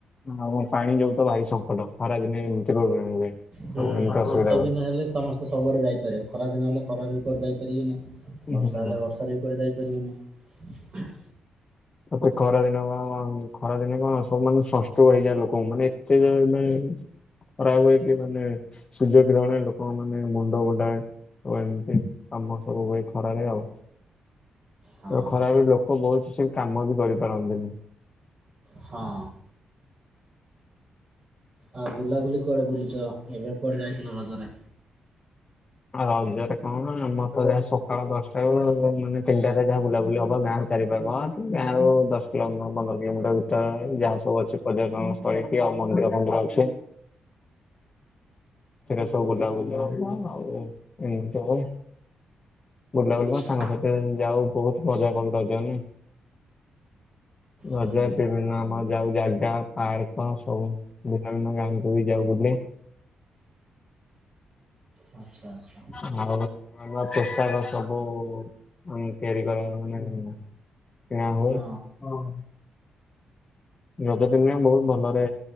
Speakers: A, on the left; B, on the right.
A: ଆଉ ପାଣି ଯୋଗୁ ତ ଭାରି ସଙ୍କଟ ଖରା ଦିନେ ଏମିତି ପ୍ରୋବ୍ଲେମ୍ ହୁଏ।
B: ହୁଁ
A: ସବୁ ଏମିତି ଅସୁବିଧା
B: ଶୀତ ଦିନ
A: ହୁଏ।
B: ହେଲେ ସମସ୍ତେ ସବୁଆଡେ ଯାଇପାରିବେ ଖରା ଦିନ ହେଲେ ଖରା ରେ କୁଆଡେ ଯାଇପାରିବେନି।
A: ହୁଁ
B: ବର୍ଷା
A: ହୁଁ।
B: ହେଲେ ବର୍ଷାରେ ବି କୁଆଡେ ଯାଇପାରିବେନି।
A: ତତେ ଖରା ଦିନ କଣ କଣ ଖରାଦିନେ କଣ ସବୁ ମାନେ ସନଷ୍ଟ୍ରୋକ ହେଇଯାଏ ଲୋକୋଙ୍କୁ ମାନେ ଏତେ ଜୋରେ ମାନେ <unintelligible> ହେଇକି ମାନେ ସୂର୍ଯ୍ୟ କିରଣରେ ଲୋକୋଙ୍କୁ ମାନେ ମୁଣ୍ଡ ବୁଲାଏ। ଆଉ ଏମିତି ସମସ୍ତଙ୍କୁ ହୁଏ ଖରାରେ ଆଉ।
B: ହଁ
A: ଆଉ ଖରାରେ ଲୋକୋ ବୋହୁତ କିଛି କାମ ବି କରିପାରନ୍ତିନି।
B: ହଁ। ଆଉ ବୁଲାବୁଲି କୁଆଡେ ବୁଲିଚ ଏବେ କୁଆଡେ ଯାଇଥିଲ ରଜରେ
A: <inaudible> ଆଉ ରଜରେ କଣ ଆମର ତ ଯାହା ସକାଳ ଦଶଟାରୁୁ ମାନେ ତିନିଟା ହାତେ ଯାହା ବୁଲାବୁଲି ହବ ଗାଁ ଚାରି ବାରୁଆଁ କି ଗାଁର ଦଶ କିଲୋମିଟର ପନ୍ଦର କିଲୋମିଟର ଭିତରେ ଯାହା ସବୁ ଅଛି ପର୍ଯ୍ୟଟନ ସ୍ଥଳୀ କି ଅ ମନ୍ଦିର ଫନ୍ଦିର ଅଛି। ସେଟା ସବୁ ବୁଲାବୁଲା ହବ ଆଉ ଏମିତି ହବ ବୁଲାବୁଲି
B: ଆଚ୍ଛା
A: କଁ ସାଙ୍ଗସାଥି ମାନେ ଯାଉ ବୋହୁତ ମଜା କରୁ ରଜନେ <inaudible> ରଜ
B: ହୁଁ।
A: ବିଭିନ୍ନ ଆମର ଯାଉ ଜାଗା ପାର୍କ ସବୁ ଭିନ୍ନ ଭିନ୍ନ ଗାଁକୁ ବି ଯାଉ ବୁଲି।
B: ଆଚ୍ଛା ଆଚ୍ଛା
A: <inaudible> ହଉ। ଆମ ପୋଷାକ ସବୁ <unintelligible> ତିଆରି କର ମାନେ କିଣା ହୁଏ
B: ହଁ
A: ହଁ। ରଜ ଦିନିଆ ବହୁତ ଭଲରେ